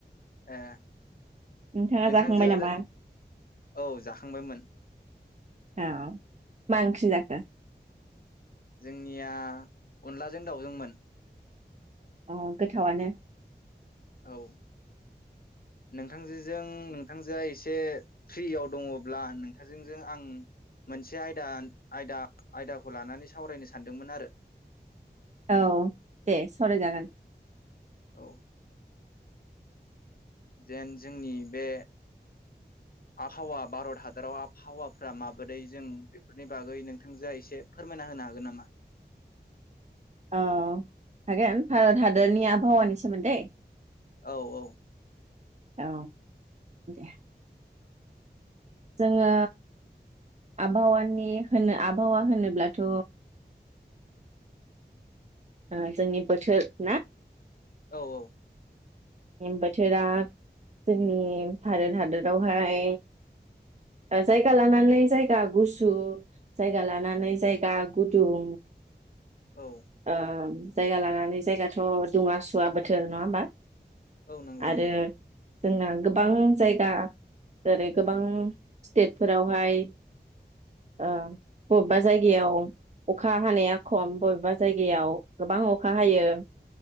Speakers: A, on the left; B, on the right.
A: ए
B: नोंथाङा
A: नोंथांजोआ
B: जाखांबाय नामा
A: औ जाखांबायमोन
B: औ मा ओंख्रि जाखो?
A: जोंनिया अनलाजों दाउजोंमोन।
B: औ गोथावानो।
A: औ नोंथांजोजों नोंथांजोआ एसे फ्रियाव दङब्ला नोंथांजोंजों आं मोनसे आयदा आयदा आयदाखौ लानानै सावरायनो सानदोंमोन आरो।
B: औ दे सावरायजागोन।
A: औ जेन जोंनि बे आबहावा भारत हादराव आबहावाफ्रा माबोरै जों बेफोरनि बागै नोंथांजोआ एसे फोरमायना होनो हागोन नामा?
B: औ हागोन भारत हादरनि आबहावानि सोमोन्दै।
A: औ औ।
B: औ दे। जोंङो आबहावानि होनो आबहावा होनोब्लाथ ओ जोंनि बोथोर ना?
A: औ औ।
B: बोथोरा जोंनि भारत हादरावहाय ओ जायगा लानानै जायगा गुसु जायगा लानानै जायगा गुदुं।
A: औ
B: ओम। जायगा लानानै जायगाथ दुङा सुवा बोथोर नङा होमबा?
A: औ नंगौ
B: आरो
A: नंगौ।
B: जोंना गोबां जायगा जेरै गोबां स्टेटफोरावहाय ओं बबेबा जायगायाव अखा हानाया खम बबेबा जायगायाव गोबां अखा हायो।